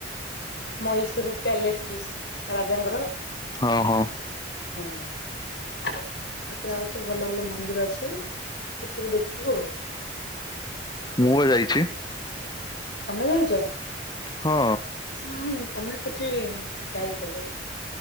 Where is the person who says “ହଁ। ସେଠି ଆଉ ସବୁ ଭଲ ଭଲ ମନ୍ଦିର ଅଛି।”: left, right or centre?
Left